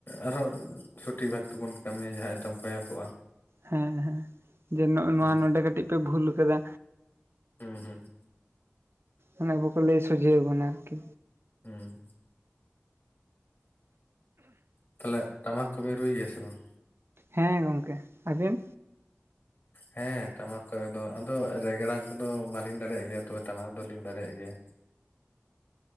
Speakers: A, on the left; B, on the right.
A: ᱟᱨ ᱦᱚᱸ ᱥᱚᱴᱷᱤᱠ ᱵᱷᱟᱵ ᱛᱮᱵᱚᱱ ᱠᱟᱹᱢᱤᱭᱟ ᱡᱟᱦᱟᱸ ᱮᱛᱚᱢ ᱠᱚᱸᱭᱮ ᱠᱚᱜᱼᱟ᱾
B: ᱦᱮᱸ ᱦᱮᱸ, ᱡᱮ ᱱᱚᱜ ᱱᱚᱣᱟ
A: ᱦᱩᱸ
B: ᱱᱚᱸᱰᱮ ᱠᱟᱹᱴᱤᱡ ᱯᱮ ᱵᱷᱩᱞ ᱠᱟᱫᱟ,
A: ᱦᱩᱸ ᱦᱩᱸ,
B: ᱚᱱᱟ ᱠᱚ ᱠᱚ ᱞᱟᱹᱭ ᱥᱚᱡᱷᱮᱭᱟ ᱵᱚᱱᱟ ᱟᱨᱠᱤ᱾
A: ᱦᱩᱸ, ᱛᱟᱦᱞᱮ ᱴᱟᱢᱟᱠ ᱠᱚ ᱵᱤᱱ ᱨᱩᱭ ᱜᱮᱭᱟ ᱥᱮ ᱵᱟᱝ?
B: ᱦᱮᱸ ᱜᱚᱝᱠᱮ᱾ ᱟᱵᱤᱱ?
A: ᱦᱮᱸ ᱴᱟᱢᱟᱠ ᱠᱚ ᱫᱚ ᱟᱫᱚ ᱨᱮᱜᱽᱲᱟ ᱠᱚᱫᱚ ᱵᱟᱹᱞᱤᱧ ᱫᱟᱲᱮᱭᱟᱜ ᱜᱮᱭᱟ ᱛᱚᱵᱮ ᱴᱟᱢᱟᱠ ᱫᱚᱞᱤᱧ ᱫᱟᱲᱮᱭᱟᱜ ᱜᱮᱭᱟ᱾